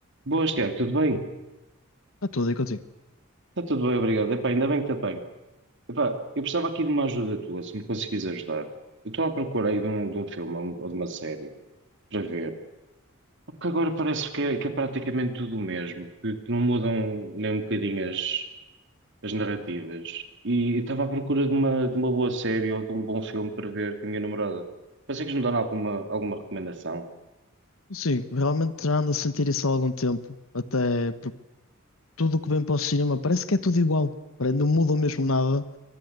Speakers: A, on the right; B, on the left.
A: Boas, Tiago, tudo bem?
B: Está tudo aí contigo.
A: Está tudo bem, obrigado. Epá, ainda bem que te apanho. Epá, eu precisava aqui de uma ajuda tua, se me conseguires ajudar. Eu estou à procura aí de um, de um filme ou de uma série para ver. Ah, Porque agora parece que é, que é praticamente tudo o mesmo, que, que não mudam nem um bocadinho as, as narrativas. E e estava à procura de uma, de uma boa série ou de um bom filme para ver com a minha namorada. Consegues me dar alguma, alguma recomendação?
B: Sim, realmente já ando a sentir isso há algum tempo. Até porque tudo o que vem para o cinema parece que é tudo igual. Parece que Não muda mesmo nada.